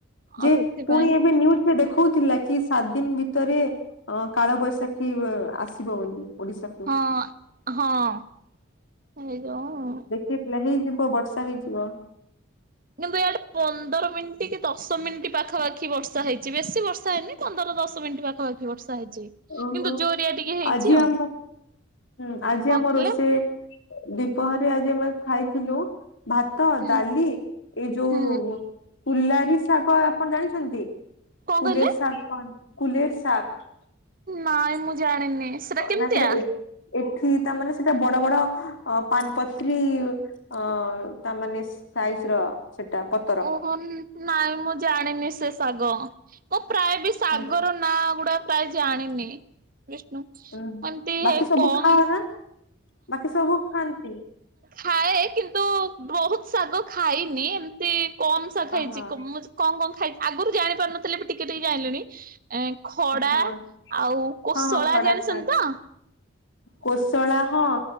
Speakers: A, on the right; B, on the left.
A: ଆଉ
B: ଯେ
A: ସେଥିପାଇଁ
B: ପୁଣି ଏବେ ୁଜରେ ଦେଖଉଥିଲା କି ସାତ ଦିନ ଭିତରେ ଅ କାଳବୈଶାଖୀ ଆସିବ ବୋଲି ଓଡିଶାକୁ।
A: ହଁ ହଁ ସେଇଯାଉ
B: ଦେଖି ପଥିଲା ହେଇଯିବ ବର୍ଷା ହେଇଯିବ।
A: କିନ୍ତୁ ଇଆଡେ ପନ୍ଦର ମିନିଟ୍ କି ଦଶ ମିନିଟ୍ ପାଖାପାଖି ବର୍ଷା ହେଇଛି ବେଶୀ ବର୍ଷା ହେଇନି। ପନ୍ଦର ଦଶ ମିନିଟ ପାଖାପାି ବର୍ଷା ହେଇଛି।
B: ଓହୋ
A: କିନ୍ତୁ ଜୋରିଆ ଟିକେ ହେଇଛି
B: ଆଜି
A: ଆଉ
B: ଆମ ହୁଁ ଆଜି
A: କଣ
B: ଆମ
A: କହିଲେ
B: ରୋଷେଇ ଦିପହରେ ଆଜି ଆମେ ଖାଇଥିଲୁ ଭାତ
A: ହୁଁ
B: ଡାଲି ଏଇ ଯୋଉ
A: ହୁଁ
B: କୁଲାରୀ ଶାଗ ଆପଣ ଜାଣିଛନ୍ତି
A: କଣ
B: କୁଲେରୀ
A: କହିଲେ
B: ଶାଗ କୁଲର ଶକ
A: ନାଇଁ ମୁଁ ଜାଣିନି ସେଟା କେମିତିଆ?
B: ନା ଏ ଏଠି ତାମାନୋନେ ସେଟା ବଡ ବଡ ଅ ପାନପତ୍ରୀ ଅ ତା ମାନେ ସାଇଜ ର। ସେଇଟା ପ
A: ଓହୋ ନାଇଁ ମୁଁ ଜାଣିନି ସେ ଶାଗ ମୋ ପ୍ରାୟ ବି ଶାଗର
B: ହୁଁ
A: ନା ଗୁଡା ପ୍ରାୟ ଜାଣିନି ବିଷ୍ଣୁ
B: ହୁଁ
A: ମତି
B: ବାକି
A: ହେ
B: ସବୁ
A: କମ
B: ଖାଅ ନା ବାକି ସବୁ ଖାଆନ୍ତି।
A: ଖାଏ କିନ୍ତୁ ବହୁତ ଶାଗ ଖାଇନି ଏ ସେ କମ୍ସ ଖାଇଛି
B: ଓହୋ
A: ମୁ କଣ କଣ ଖାଇ ଆଗରୁ ଜାଣି ପାରୁନଥିଲେ ବି ଟିକେ ଟିକେ ଜାିଲୁଣି ଖଡା
B: ହଁ ହଁ
A: ଆଉ କୋଶଳା
B: ହଁ ଖଡା
A: ଜାଣିସଛନ୍ତି
B: ଶାଗ
A: ତ?
B: କୋଶଳା ହଁ।